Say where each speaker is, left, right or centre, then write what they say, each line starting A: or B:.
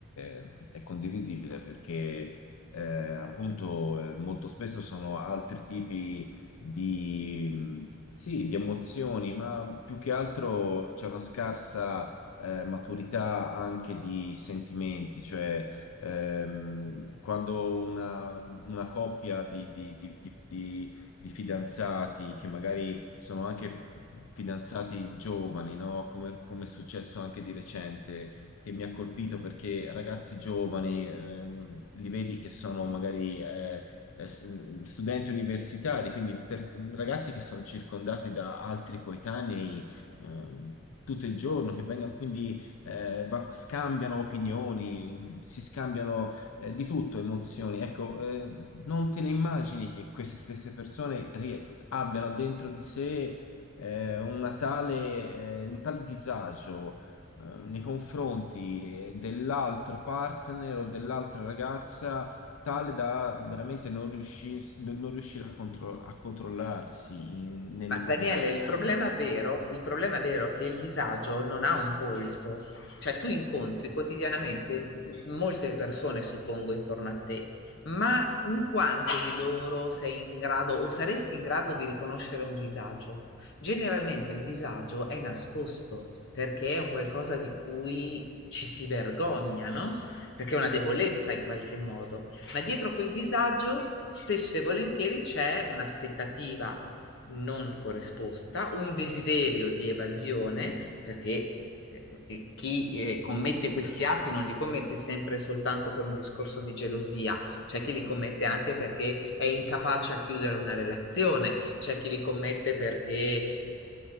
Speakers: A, on the left; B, on the left.
A: eh, è condivisibile perché eh, appunto eh, molto spesso sono altri tipi di, mh, sì, di emozioni, ma più che altro c'è una scarsa eh, maturità anche di sentimenti, cioè ehm, quando una, una coppia di di- di- di- di- di fidanzati che magari sono anche fidanzati giovani, no? Come, come è successo anche di recente, che mi ha colpito perché ragazzi giovani, ehm, li vedi che sono magari eh, eh, s- studenti universitari, quindi per- ragazzi che sono circondati da altri coetanei ehm, tutto il giorno, che vengono quindi eh, va- scambiano opinioni, si scambiano eh, di tutto emozioni. Ecco, eh, non te ne immagini che queste stesse persone rie- abbiano dentro di sé eh, una tale, eh, un tale disagio eh, nei confronti eh, dell'altro partner o dell'altra ragazza, tale da veramente non riuscirsi- non riuscire a, contro- a controllarsi in- nelle
B: Ma Daniele,
A: proprie reazioni.
B: il problema vero, il problema vero è che il disagio non ha un volto, cioè tu incontri quotidianamente molte persone, suppongo, intorno a te, ma in quanto di loro sei in grado o saresti in grado di riconoscere un disagio? Generalmente il disagio è nascosto perché è un qualcosa di cui ci si vergogna, no? Perché è una debolezza in qualche modo. Ma dietro quel disagio spesso e volentieri c'è un'aspettativa non corrisposta, un desiderio di evasione, perché eh, eh, chi eh, commette questi atti non li commette sempre soltanto per un discorso di gelosia, c'è chi li commette anche perché è incapace a chiudere una relazione, c'è chi li commette perché eh,